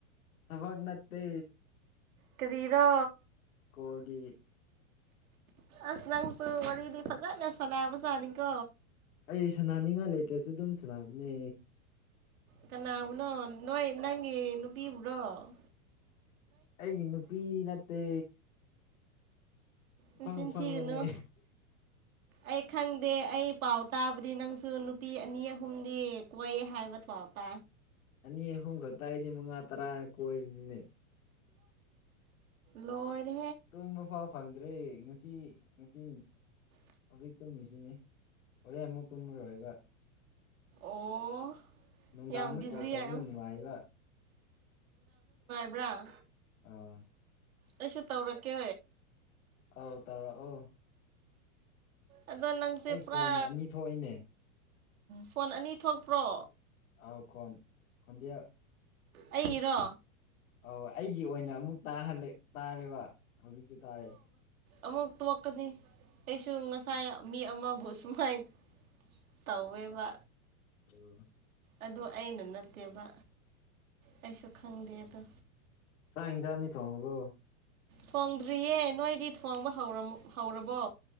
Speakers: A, on the left (about 80°); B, on the right (about 85°).
A: ꯊꯕꯒ ꯅꯠꯇꯦ
B: ꯀꯔꯤꯔꯣ
A: ꯀꯣꯜꯒꯤ
B: ꯑꯁ ꯅꯪꯁꯨ ꯋꯥꯔꯤꯗꯤ ꯐꯖꯅ ꯁꯥꯟꯅꯕꯖꯥꯠꯅꯤꯀꯣ
A: ꯑꯩ ꯁꯅꯥꯅꯤꯡꯉꯥꯏ ꯂꯩꯇ꯭ꯔꯁꯨ ꯑꯗꯨꯝ ꯁꯅꯥꯕꯅꯦ
B: ꯀꯅꯥ ꯎꯅꯣ ꯅꯣꯏ ꯅꯪ ꯕꯤꯕ꯭ꯔꯣ
A: ꯑꯩꯒꯤ ꯅꯨꯄꯤ ꯅꯠꯇꯦ ꯑꯐꯪ
B: ꯅꯆꯤꯟ
A: ꯑꯐꯪꯕꯅꯦ
B: ꯊꯤꯒꯅꯨ ꯑꯩ ꯈꯪꯗꯦ ꯑꯩ ꯄꯥꯎ ꯇꯥꯕꯗꯤ ꯅꯪꯁꯨ ꯅꯨꯄꯤ ꯑꯅꯤ ꯑꯍꯨꯝꯗꯤ ꯀꯣꯏ ꯍꯥꯏꯕ ꯄꯥꯎ <inaudible>
A: ꯑꯅꯤ ꯑꯍꯨꯝ ꯈꯛꯇ ꯑꯩꯗꯤ ꯃꯉꯥ ꯇꯔꯥꯒ ꯀꯣꯏꯕꯅꯤꯅꯦ
B: ꯂꯣꯏꯔꯤ
A: ꯇꯨꯝꯕ ꯐꯥꯎ ꯐꯪꯗ꯭ꯔꯦ ꯅꯨꯄꯤ ꯅꯨꯄꯤ ꯍꯧꯖꯤꯛ ꯇꯨꯝꯃꯤꯁꯤꯅꯤ ꯍꯣꯔꯦꯟ ꯑꯃꯨꯛ ꯇꯨꯝꯃꯔꯣꯏ ꯍꯥꯏꯕ
B: ꯑꯣ
A: ꯅꯨꯡꯗꯥꯡꯗ
B: ꯌꯥꯝ ꯕꯤꯖꯤ
A: ꯀꯣꯜ ꯇꯧꯕꯅ
B: ꯑꯣꯏ
A: ꯅꯨꯡꯉꯥꯏꯔꯤꯕ
B: ꯕ꯭ꯔ
A: ꯑꯥ
B: ꯑꯩꯁꯨ ꯇꯧꯔꯛꯀꯦ
A: ꯑꯥꯎ ꯇꯧꯔꯑꯣ
B: ꯑꯗꯣ ꯅꯪꯁꯦ ꯄꯨꯔꯥ
A: ꯈꯣꯟ ꯑꯅꯤ ꯊꯣꯛꯏꯅꯦ
B: ꯐꯣꯟ ꯑꯅꯤ ꯊꯣꯛꯄ꯭ꯔꯣ
A: ꯑꯥꯎ ꯈꯣꯟ ꯈꯟꯗꯤꯌꯥ
B: ꯑꯩꯒꯤꯔꯣ
A: ꯑꯣ ꯑꯩꯒꯤ ꯑꯣꯏꯅ ꯑꯃꯨꯛ ꯇꯥꯍꯜ ꯇꯥꯔꯦꯕ ꯍꯧꯖꯤꯛꯁꯨ ꯇꯥꯔꯑꯦ
B: ꯑꯃꯛꯇ ꯋꯥꯅꯤ ꯑꯩꯁꯨ ꯉꯁꯥꯏ ꯃꯤ ꯑꯃꯁ ꯁꯨꯃꯥꯏꯅ ꯇꯧꯋꯦꯕ
A: ꯑꯣ
B: ꯑꯗꯣ ꯑꯩꯅ ꯅꯠꯇꯦꯕ ꯑꯩꯁꯨ ꯈꯪꯗꯦ ꯑꯗꯣ
A: ꯆꯥꯛ ꯌꯦꯟꯁꯥꯡꯅꯤ ꯊꯣꯡꯉꯕꯣ
B: ꯊꯣꯡꯗ꯭ꯔꯤꯌꯦ ꯅꯣꯏꯗꯤ ꯊꯣꯡꯕ ꯍꯧꯔꯝ ꯍꯧꯔꯕꯣ